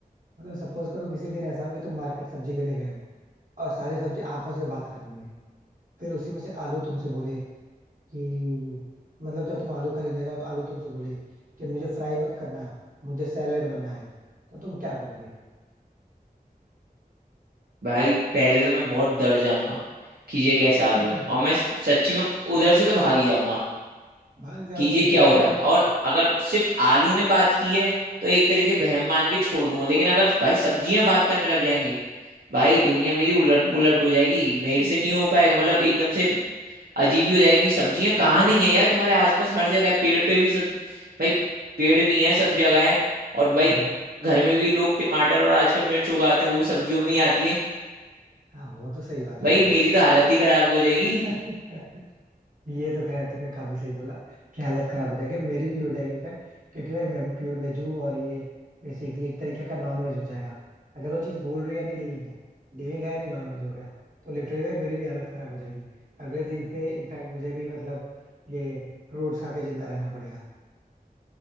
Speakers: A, on the right; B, on the right.
A: मतलब सपोज करो किसी दिन ऐसा हो कि तुम मार्केट सब्जी लेने गए हो और सारी सब्जी आपस में बात कर रही है फिर उसी में से आलू तुमसे बोले कि मतलब जब तुम आलू खरीदने जाओ तो आलू तुमसे बोले कि मुझे फ्राई मत करना मुझे सैलेड बनना है तो तुम क्या करोगे
B: भाई पहले तो मैं बहुत डर जाऊंगा कि ये कैसा आलू
A: <laughs>
B: है और मैं सच्ची में उधर से तो भाग ही जाऊंगा
A: भाग जाओगे
B: कि ये
A: भाई
B: क्या
A: सब्जियों
B: हो रहा
A: को
B: है
A: देख
B: और
A: के
B: अगर सिर्फ आलू ने बात की है तो एक तरीके वहम मान के छोड़ दूंगा लेकिन अगर भाई सब्जियां बात करने लग जाएंगी भाई दुनिया मेरी उलट पुलट हो जाएगी
A: <laughs>
B: मेरे से नहीं हो पाएगा मतलब एकदम से अजीब ही हो जाएगी सब्जियां कहाँ नहीं है यार तुम्हारे आसपास हर जगह है पेड़ पे भी सब भाई पेड़ भी हैं सब जगह है और भाई
A: हाँ
B: घर में भी लोग टमाटर और आजकल मिर्च उगाते हैं वो भी सब्जियों में ही आती है
A: हाँ वो तो सही बात है
B: भाई मेरी तो हालत ही खराब हो जाएगी
A: भाई <laughs> ये तो खैर तूने काफी सही बोला कि हालत खराब हो जाएगी मेरी भी हो जाएगी इनफैक्ट क्योंकि भाई मैं भी प्योर वेज हूँ और ये बेसिकली एक तरीका का नॉन वेज हो जाएगा अगर वो चीज बोल रही है नहीं लिविंग है लिविंग है या नहीं नॉन वेज हो गया तो लिटरली भाई मेरी भी हालत खराब हो जाएगी अगले दिन से इनफैक्ट मुझे भी मतलब ये फ्रूट्स खा के जिंदा रहना पड़ेगा